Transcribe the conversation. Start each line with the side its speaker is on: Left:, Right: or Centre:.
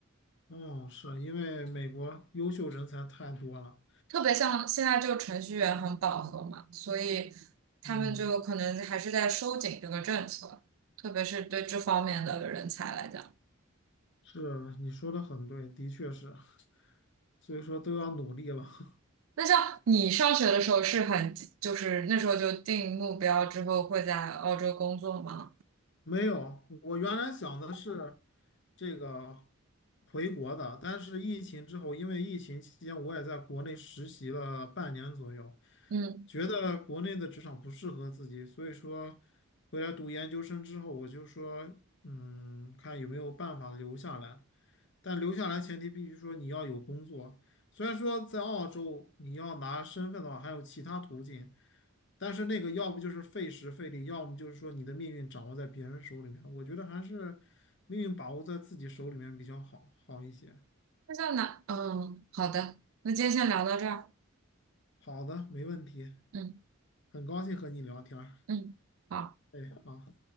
Left: 嗯，是因为美国优秀人才太多了。
Right: 特别像现在就程序员很饱和嘛，所以他们就可能还是在收紧这个政策，
Left: 嗯，
Right: 特别是对这方面的人才来讲。
Left: 是你说的很对，的确是，所以说都要努力了。<laughs>
Right: 那像你上学的时候是很，就是那时候就定目标之后会在澳洲工作吗？
Left: 没有，我原来想的是这个回国的，但是疫情之后，因为疫情期间我也在国内实习了半年左右。
Right: 嗯，
Left: 觉得国内的职场不适合自己，所以说回来读研究生之后，我就说，嗯，看有没有办法留下来。但留下来前提必须说你要有工作。虽然说在澳洲你要拿身份的话，还有其他途径，但是那个要不就是费时费力，要么就是说你的命运掌握在别人手里面。我觉得还是命运把握在自己手里面比较好好一些。
Right: 那像哪？嗯，好的，那今天先聊到这儿。
Left: 好的，没问题，
Right: 嗯
Left: 很高兴和你聊天儿。
Right: 嗯。好。
Left: 哎，好。